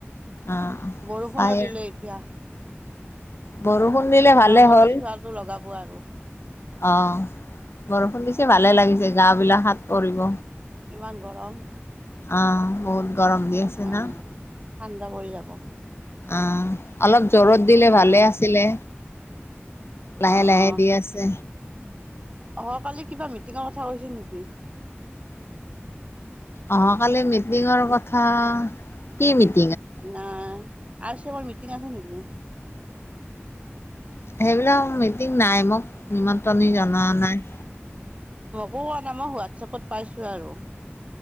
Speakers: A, on the left; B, on the right.
A: অ
B: বৰষুণো
A: চাই
B: দিলে, এতিয়া।
A: বৰষুণ দিলে
B: পুৰা
A: ভালেই
B: মতি
A: হ'ল,
B: চোৱাটো লগাব আৰু
A: অ', বৰষুণ দিছে ভালে লাগিছে গাৱ বিলাকত কৰিব
B: ইমান গৰম।
A: অ', বহুত গৰম দি আছে
B: অঁ
A: না।
B: ঠাণ্ডা পৰি যাব।
A: অ', অলপ জ্বৰত দিলে
B: অঁ
A: ভালে আছিলে। লাহে,
B: অঁ
A: লাহে,
B: অঁ
A: দি আছে।
B: অহাকালি কিবা মিটিঙৰ, কথা কৈছে নেকি?
A: অহা কালি মিটিঙৰ কথা, কি মিট
B: নাই। আৰ চি এমৰ, মিটিং আছে নেকি?
A: সেইবিলাক মিটিং নাই মোক নিমন্ত্ৰণী জনোৱা নাই।
B: কোন মই হোৱাটছএপত পাইছো আৰু।